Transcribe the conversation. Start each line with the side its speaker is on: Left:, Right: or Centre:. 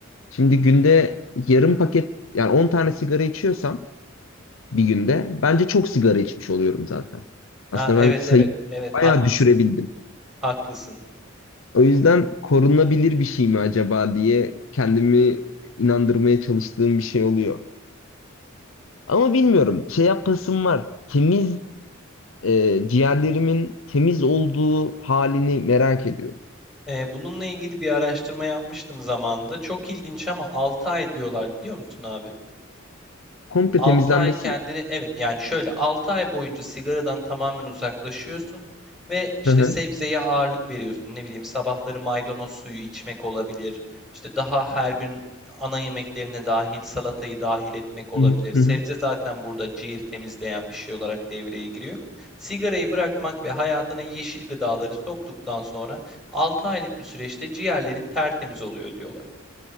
Left: Şimdi günde yarım paket yani 10 tane sigara içiyorsam
Centre: Hı
Left: bir
Centre: hı.
Left: günde bence çok sigara içmiş oluyorum zaten.
Centre: Ha,
Left: Aslında
Centre: evet
Left: ben sayıyı
Centre: evet evet haklısın
Left: bayağı düşürebildim.
Centre: haklısın.
Left: O yüzden korunabilir bir şey mi acaba diye kendimi inandırmaya çalıştığım bir şey oluyor. Ama bilmiyorum. Şey yapasım var. Temiz e, ciğerlerimin temiz olduğu halini merak ediyorum.
Centre: Ee, bununla ilgili bir araştırma yapmıştım zamanında. Çok ilginç ama 6 ay diyorlar biliyor musun abi?
Left: Komple
Centre: 6
Left: temizlenmesi
Centre: ay kendini
Left: mi?
Centre: evet yani şöyle 6 ay boyunca sigaradan tamamen uzaklaşıyorsun ve işte
Left: Hı hı.
Centre: sebzeye ağırlık veriyorsun. Ne bileyim sabahları maydanoz suyu içmek olabilir. İşte daha her gün ana yemeklerine dahil salatayı dahil etmek olabilir.
Left: Hı hı.
Centre: Sebze
Left: hı hı.
Centre: zaten burada ciğer temizleyen bir şey olarak devreye giriyor. Sigarayı bırakmak ve hayatına yeşil gıdaları soktuktan sonra 6 aylık bir süreçte ciğerlerin tertemiz oluyor diyorlar.